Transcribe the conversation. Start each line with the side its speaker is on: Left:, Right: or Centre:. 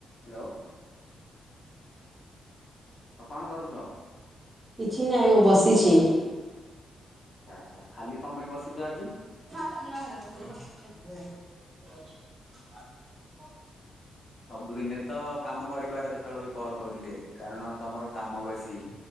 Left: ହାଲୋ। ଆଉ କଣ କରୁଛ?
Right: କିଛି ନାହିଁ ମୁଁ ବସିଛି।
Left: ଆଚ୍ଛା ଖାଲି କଣ ପାଇଁ ବସିଛ ଆଜି?
Right: ହ <unintelligible>
Left: <inaudible> ସବୁଦିନେ ତ କାମ କରିବାର ଯେତେବେଳେ ବି କଲ କରିଲି କାରଣ ତମର କାମ ବେଶୀ।